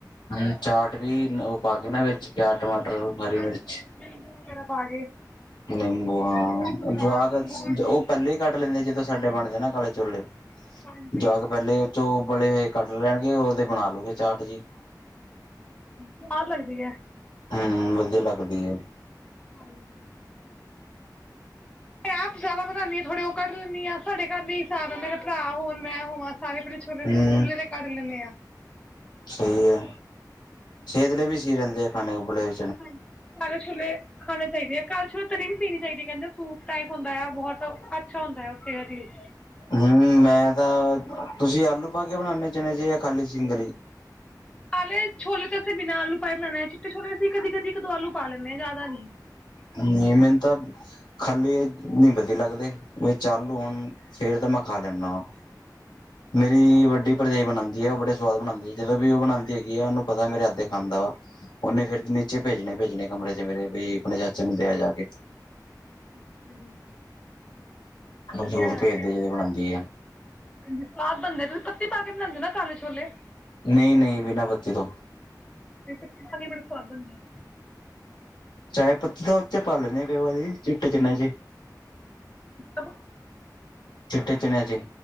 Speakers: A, on the left; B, on the left.
A: ਹੂ, ਚਾਟ ਵੀ ਉਹ ਪਾ, ਕੇ ਨਾ ਵਿੱਚ ਪਿਆਜ, ਟਮਾਟਰ। ਹਰੀ
B: ਹਾਂਜੀ
A: ਮਿਰਚ
B: ਨਿੰਬੂ ਵਗੈਰਾ ਪਾ ਕੇ।
A: ਨਿੰਬੂ ਹਾਂ, ਜਵਾਕ
B: ਹਾਂ ਗੁੜ
A: ਉਹ ਪਹਿਲਾਂ ਹੀ ਕੱਟ ਲੈਂਦੇ ਜਦੋਂ। ਸਾਡੇ ਬਣਦੇ ਨਾ ਕਾਲੇ ਛੋਲੇ,
B: ਹਾਂਜੀ
A: ਜਾ ਤਾਂ ਪਹਿਲੇ। ਜੋ ਉਬਲੇ ਹੋਏ ਕੱਡ ਲੈਣਗੇ, ਉਦੇ ਬਣਾ ਲੁਉਗੇ ਚਾਟ ਜੀ।
B: ਸਵਾਦ, ਲੱਗਦੀ ਹੈ।
A: ਹਮ, ਵਧੀਆ ਲੱਗਦੀ ਐ,
B: ਆਏਗੀ। ਮੈਂ ਆਪ ਜਿਆਦਾ ਬਣਾਉਦੀ ਆ, ਥੋੜੇ ਉਹ ਕੱਢ ਲੈਂਦੀ ਆ। ਸਾਡੇ ਘਰ ਵੀ- ਭਾਵੇਂ ਮੇਰੇ ਪਰਾ ਹੋਣ, ਮੈਂ ਹੋਵਾ, ਸਾਰੇ ਫਿਰ ਛੋਲੇ
A: ਹੂੰ
B: ਫਿਰ ਉਬਲੇ ਦੇ ਕੱਢ ਲੈਂਣੇ ਆ।
A: ਸਹੀ ਹੈ, ਸਿਹਤ ਲਈ ਵੀ ਸਹੀ ਰਹਿੰਦੇ ਆ, ਖਾਣੇ ਉਬਲੇ।
B: ਹਾਂਜੀ, ਕਾਲੇ ਛੋਲੇ। ਖਾਣੇ ਚਾਈਦੇ ਆ, ਘਰ ਚ ਤਰੀ ਵੀ ਪੀਣੀ ਚਾਹੀਦੀ ਕਹਿੰਦੇ ਸੂਪ ਟਾਈਪ ਹੁੰਦਾ ਏ ਆ, ਬਹੋਤ ਅੱਛਾ ਹੁੰਦਾ ਏ ਉਹ ਸੇਹਤ ਲਈ।
A: ਹੂੰ ਮੈਂ ਤਾਂ, ਤੁਸੀਂ ਆਲੂ ਪਾ ਕੇ ਬਣਾਦੇ ਚਣੇ ਜੀ, ਜਾਂ ਖਾਲੀ ਸਿੰਗਲ ਈ?
B: ਕਾਲੇ ਛੋਲੇ ਤੇ ਅਸੀਂ ਬਿਨਾਂ ਆਲੂ ਪਾਏ ਬਣਾਉਣੇ ਆਂ। ਚਿੱਟੇ ਛੋਲੇ ਅਸੀਂ ਕਦੀ- ਕਦੀ ਇੱਕ, ਦੋ ਆਲੂ ਪਾ ਲੈਂਦੇ ਹਾਂ, ਜ਼ਿਆਦਾ ਨਹੀਂ।
A: ਹਾਂਜੀ ਮੈਨੂੰ ਤਾਂ ਖਾਲੀ ਨੀ ਵਧੀਆ ਲੱਗਦੇ, ਵਿੱਚ ਆਲੂ ਹੋਣ ਫੇਰ ਤਾਂ ਮੈਂ ਖਾ ਲੈਂਦਾ ਵਾਂ। ਮੇਰੀ ਵੱਡੀ ਭਰਜਾਈ ਬਨਾਦੀ ਐ, ਉਹ ਬੜੇ ਸਵਾਦ ਬਣਾਦੀ ਹੈ, ਜਦੋਂ ਵੀ ਉਹ ਬਣਾਦੀ ਹੈਗੀ ਐ, ਉਹਨੂੰ ਪਤਾ ਮੇਰੇ ਹੱਥ ਖਾਂਦਾ ਵਾ। ਉਹਨੇ ਫੇਰ, ਨੀਚੇ ਭੇਜਣੇ-ਭੇਜਣੇ, ਕਮਰੇ 'ਚ ਮੇਰੇ ਬੀ ਆਪਣੇ ਚਾਚੇ ਨੂੰ ਦੇ ਆ ਜਾ ਕੇ।
B: <inaudible>
A: ਮੈਨੂੰ
B: ਵਧੀਆ
A: ਜ਼ਰੂਰ
B: ਗੱਲ
A: ਭੇਜਦੋ ਹੈ, ਜਦੋਂ ਬਣਾਉਂਦੀ ਆ।
B: ਹਾਂਜੀ ਸਵਾਦ ਬਣਦੇ ਨਾ, ਤੁਸੀਂ ਪੱਤੀ ਪਾ ਕੇ ਬਣਾਉਦੇ ਹੋ ਨਾ ਕਾਲੇ ਛੋਲੇ।
A: ਨਹੀਂ- ਨਹੀਂ ਬਿਨਾਂ ਪੱਤੀ ਤੋਂ।
B: ਤੇ ਪੱਤੀ ਪਾ ਕੇ ਵੀ, ਬੜੇ ਸੁਆਦ ਬਣਦੀ ਆ।
A: ਚਾਹੇ ਪੱਤੀ ਤਾਂ ਉਹ ਚ ਪਾ ਲੈਂਦੇ ਹਾਂ ਕਈ ਵਾਰੀ, ਚਿੱਟੇ ਚੱਨੇ ਚ।
B: ਹੂੰ ‌।
A: ਚਿੱਟੇ ਚਿਣਿਆ ਚ।